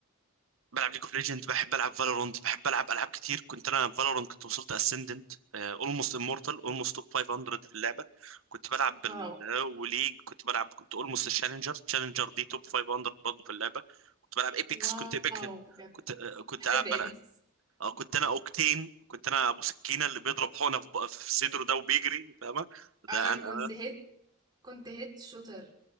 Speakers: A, on the right; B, on the right.
A: بلعب ليج اوف ليجند بحب العب فالورانت بحب العب العاب كتير كنت انا في فالورانت كنت وصلت اسندنت اولموست امورتال اولموست توب 500 في اللعبه كنت بلعب بال...
B: واو
A: آه، وليج كنت بلعب كنت اولموست تشالنجر تشالنجر دي توب 500 برضه في اللعبه كنت بلعب ايبكس
B: واو
A: كنت ايبك
B: بجد
A: كنت آه، كنت
B: بحب
A: العب
B: ايبكس
A: بلع... آه، كنت انا اوكتين كنت انا ابو سكينه اللي بيضرب حقنه في بق- في صدره ده وبيجري فاهمه
B: انا
A: ده انا
B: كنت هيت كنت هيت شوتر